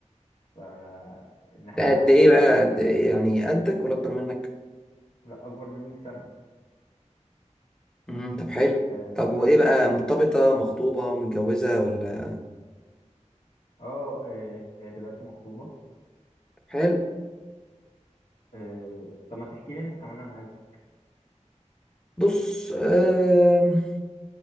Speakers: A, on the left (about 80°); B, in the centre.
A: فان احنا
B: ده قد ايه
A: بقينا
B: بقى قد إيه؟ يعني قدك ولا اكتر منك
A: لا اكبر مني بسنة
B: مم. طب حلو
A: اه
B: طب وايه بقى مرتبطة مخطوبة متجوزة ولا
A: آه، آه، هي دلوقتي مخطوبة
B: حلو
A: آه، طب ما تحكي لي انت كمان عن عيلتك
B: بص آم،